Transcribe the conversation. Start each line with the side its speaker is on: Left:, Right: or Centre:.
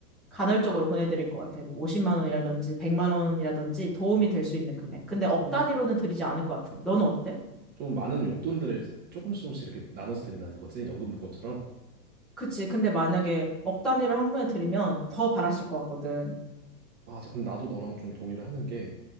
Centre: 간헐적으로 보내드릴 것 같아. 뭐 50만 원이라든지 100만 원이라든지 도움이 될 수 있는 금액. 근데 억
Right: 좀,
Centre: 단위로는 드리지 않을 것 같아. 너는 어때?
Right: 좀 많은 용돈들을 조금씩 조금씩 이렇게 나눠서 드린다는 거지. 연금 복권처럼.
Centre: 그치. 근데 만약에 억 단위를 한 번에 드리면 더 바라실 것 같거든.
Right: 맞아, 근데 나도 너랑 좀 동의를 하는 게